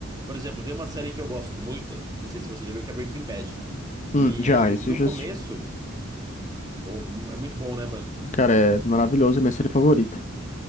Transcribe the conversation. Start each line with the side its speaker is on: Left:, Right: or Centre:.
Right: Por exemplo, tem uma série que eu gosto muito, não sei se você já viu, que é Breaking Bad.
Left: Hum,
Right: E
Left: já, isso
Right: no
Left: já,
Right: começo, ô, é muito bom, né, mano?
Left: cara, é maravilhoso, é minha série favorita.